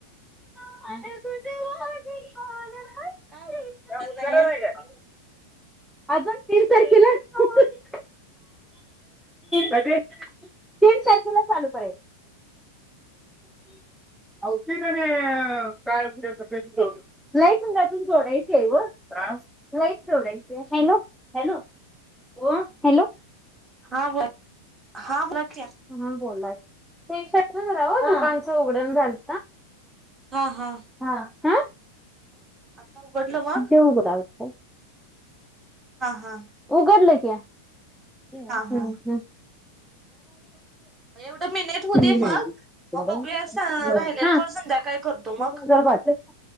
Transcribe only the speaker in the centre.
<inaudible> <unintelligible>
अन तिन तारखेला <inaudible> कधी? तीन तारकेला चालू करायच. अव ती कणी काय म्हणजे तत <inaudible> लाईट <unintelligible> अजून जोडायची आहे वो, आ? लाईट जोडायची हॅलो! हॅलो! ओ? हॅलो!
म्हणून बोला, ते <unintelligible> वण राव दुकांचं उघडण झालत.
हा ह.
<unintelligible>
उघडलं की. हम्म
हम्.
<unintelligible>
<unintelligible> हा.
<unintelligible> <unintelligible>